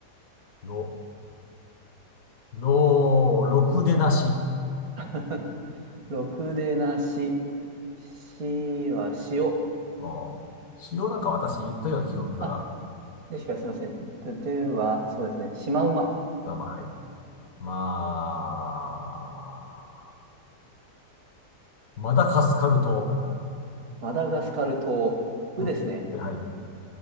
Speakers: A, on the left (about 65°); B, on the right (about 60°).
A: ろ、ろ、ろくでなし。
B: <laughs> ろくでなし。しは塩。
A: おー、しようなんか私言ったような記憶が、
B: あ、でしか、すみません。で、では、そうですね。シマウマ。
A: まあまあ、はい。まあ、マダカスカル島。
B: マダガスカル島。うですね。
A: う、で、はい。